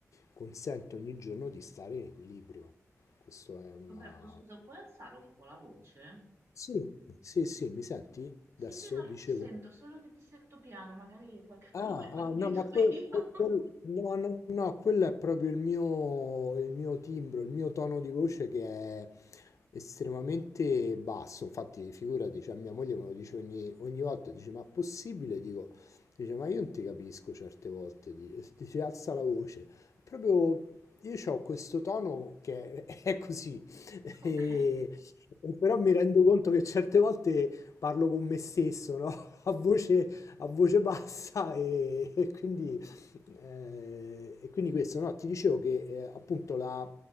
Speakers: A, on the left; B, on the right.
A: consente ogni giorno di stare in equilibrio. Questo è una...
B: Roberto, scusa, puoi alzare un po' la voce?
A: Sì, sì, sì, mi senti?
B: Sì,
A: Adesso
B: sì, no,
A: dicevo...
B: io ti sento, solo che ti sento piano, magari qualche
A: Ah,
B: <laughs> problema
A: ah,
B: d'udito
A: no, ma quel,
B: io.
A: quel- quel- no, no, no, quello è proprio il mio, il mio timbro, il mio tono di voce che è estremamente basso. Infatti, figurati, cioè, mia moglie me lo dice ogni, ogni volta, dice, ma possibile? Dico, dice, ma io non ti capisco certe volte, di- <laughs> dice, alza la voce. Proprio io ho questo tono che è, <laughs> è così,
B: <laughs> Ok.
A: e, e però mi rendo conto che certe volte parlo con me stesso, no? <laughs> A voce a voce bassa e, e quindi, eh, e quindi questo, no? Ti dicevo che eh, appunto la,